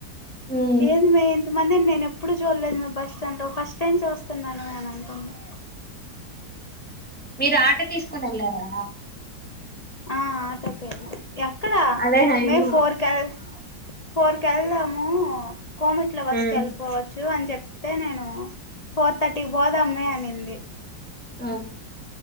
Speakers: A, in the centre; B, on the left.
A: మ్మ్
B: ఏందీ మే ఇంత మందిన్ నేన్ ఎప్ ఎప్పుడు చూడలేదు మె బస్ స్టాండ్ లో ఫస్ట్ టైమ్ చూస్తున్నాను అని అంటుంది.
A: మీరు ఆటో తీస్కోని ఎళ్లారా?
B: ఆ ఆటోకే ఎక్కడ
A: అదే హైమ
B: మేం ఫోర్ కెల్ ఫోర్ కేళ్దాము కోమట్లో బస్సుకి
A: మ్మ్
B: ఎళ్పోవచ్చు అని చెప్ తె నేను ఫోర్ థర్టీకి పోదమ్మే అనింది.
A: అప్